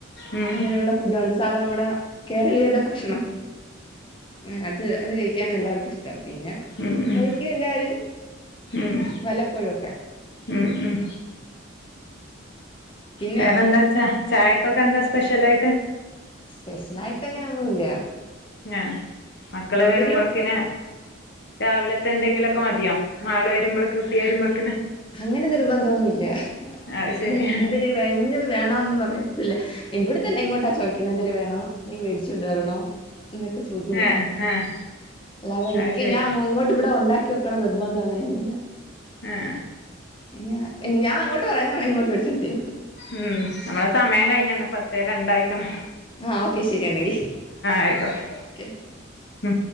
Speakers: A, on the left; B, on the left.
A: ഉം
B: അങ്ങനെയുള്ള
A: ഉം
B: ഫുഡൊള്ള സാധനം നമ്മടെ കേരളീയരുടെ ഭക്ഷണം ഉം അത് അത് കഴിക്കാനാ എല്ലാർക്കും ഇഷ്ട പിന്നെ
A: ഉം
B: കഴിക്കും
A: ഉം
B: എല്ലാരും
A: ഉം
B: വല്ലപ്പോഴൊക്കെ
A: ഉം ഉം
B: പിന്നെ
A: വേറെന്താച്ചാ ചായക്കൊക്കെ എന്താ സ്പെഷ്യലായിട്ട്
B: സ്പെഷ്യലായിട്ട് അങ്ങനെ ഒന്നുല്ല
A: ആഹ് മക്കള് വരുമ്പോഴക്കിന്
B: എന്തെങ്കിലും
A: രാവിലത്തെ എന്തെങ്കിലൊക്കെ ക്കെ മതിയൊ മാള് വരുമ്പളൊക്കെ കുട്ടി വരുമ്പഴ്ക്ക്ന്
B: അങ്ങനെ നിർബന്ധോന്നുല്ല
A: അത് ശരി
B: ഇങ്ങനെ എന്തിര് ഇന്നത് വേണോന്ന് പറയത്തില്ല എന്റെ കൂടെ തന്നെ ഇങ്ങോട്ടാ ചോദിക്കുന്നേ എന്തെര് വേണോ മീൻ മേടിച്ചോണ്ട് വരണോ എന്നൊക്കെ ചോദിക്കും ഇങ്ങോട്ട്
A: ആഹ് ആഹ്
B: അല്ലാതെ എനിക്ക്
A: അത് ശരി
B: ഞാൻ ഇങ്ങോട്ട് ഇവിടെ ഒണ്ടാ ക്കിവെക്കണം നിർബന്ധം അങ്ങനെയൊന്നൂല്ല
A: ആഹ് ആഹ്
B: ഞ ഞാൻ അങ്ങോട്ട് പറയുന്നെ വേണേ ഇങ്ങോട്ട് മേടിച്ചോണ്ട് തരും
A: ഉം ഞമ്മളെ സമയം കയ്ഞ്ഞ്ണ്, പത്തേ രണ്ടായ്ക്ക്ണ്.
B: ആഹ് ഓക്കെ ശരിയെന്നെങ്കി,
A: ആയിക്കോട്ടെ
B: ഓക്കെ
A: ഉം